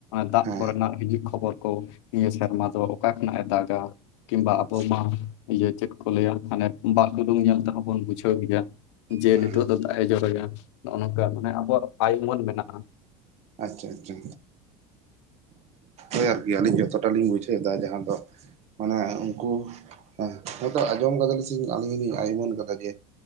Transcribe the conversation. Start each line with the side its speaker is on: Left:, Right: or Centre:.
Left: ᱫᱟᱜ
Right: ᱦᱮᱸ
Left: ᱠᱚᱨᱮᱱᱟᱜ ᱦᱤᱡᱩᱜ ᱠᱷᱚᱵᱚᱨ ᱠᱚ ᱱᱤᱭᱟᱹ ᱥᱮᱨᱢᱟ ᱫᱚ ᱚᱠᱟ ᱠᱷᱚᱱᱟᱜ ᱮ ᱫᱟᱜ ᱟ᱾ ᱠᱤᱢᱵᱟ
Right: ᱦᱮᱸ
Left: ᱟᱵᱚ ᱢᱟ ᱤᱭᱟᱹ ᱪᱮᱫ ᱠᱚ ᱞᱟᱹᱭ ᱟ ᱢᱟᱱᱮ ᱵᱟᱜ ᱰᱩᱞᱩᱝ ᱧᱮᱞ ᱛᱮᱦᱚᱸ ᱵᱚᱱ ᱵᱩᱡᱷᱟᱹᱣ ᱜᱮᱭᱟ᱾ ᱡᱮ
Right: ᱦᱮᱸ
Left: ᱱᱤᱛᱚᱜ ᱫᱚ ᱫᱟᱜ ᱮ ᱡᱚᱨᱟ ᱱᱚᱜ-ᱟᱭ ᱱᱚᱝᱠᱟ ᱢᱟᱱᱮ ᱟᱵᱚᱣᱟᱜ ᱟᱭ ᱩᱢᱟᱹᱱ ᱢᱮᱱᱟᱜ-ᱟ᱾
Right: ᱟᱪᱪᱷᱟ ᱟᱪᱪᱷᱟ ᱦᱳᱭ ᱟᱨᱠᱤ ᱟᱹᱞᱤᱧ ᱡᱚᱛᱚᱴᱟ ᱞᱤᱧ ᱵᱩᱡᱷᱟᱹᱣ ᱫᱟ ᱡᱟᱦᱟᱸ ᱫᱚ ᱢᱟᱱᱮ ᱩᱱᱠᱩᱸ ᱦᱚᱭᱛᱚ ᱟᱸᱡᱚᱢ ᱠᱟᱫᱟᱞ ᱟᱞᱤᱧ ᱦᱚᱸᱞᱤᱧ ᱟᱭᱢᱟᱹᱱ ᱠᱟᱫᱟ ᱡᱮ